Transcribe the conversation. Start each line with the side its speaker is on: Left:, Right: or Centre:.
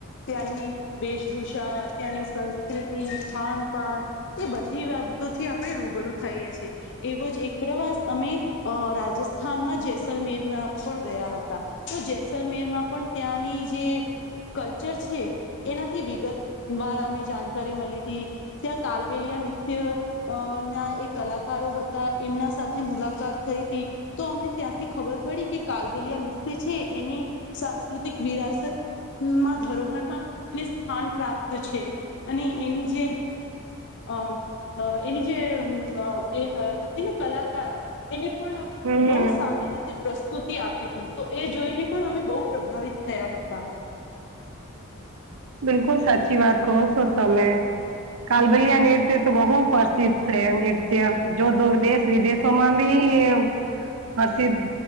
Left: ત્યાં નીવેશભૂષા ત્યાં સંસ્કૃતિ ખાનપાન એ બધી બાબતોથી આપડણે રૂબરૂ થઈએ છેએ એવો જ એક પ્રવાસ અમે અ રાજસ્થાનમાં જેૈસલમેરમાં પણ ગયા હતા તો જેૈસલમેર માં પણ ત્યાંની જે કલ્ચર છે. એનાથી વિગત વાર અમે જાણકારી મલી હતી ત્યાં કાલબલિયા નૃત્ય અ ના એક કલાકારો હતા ત એમના સાથે મુલાકાત થઈ હતી તો અમને ત્યાંથી ખબર પડી કે કાલબલિયા નિતય છે એની સાંસ્કૃતિક વિરાસત માં ધરોહરમાં એને સ્થાન પ્રાપ્ત છે અને એની જે અ અ એની જે અ એ હતી ને કલાકાર એને પણ
Right: હમ
Left: બહુ સારી રીતે પ્રસ્તુતિ આપી હતી તો એ જોઈને પણ અમે બહુ પ્રભાવિત થયા હતા
Right: બિલકુલ સાચી વાત કહો છો તમેં કાલબલિયા નૃત્ય તો બહુ પ્રસિદ્ધ છે નૃત્ય જો દુર દેશ વિદેશોમાં બી પ્રસિદ્ધ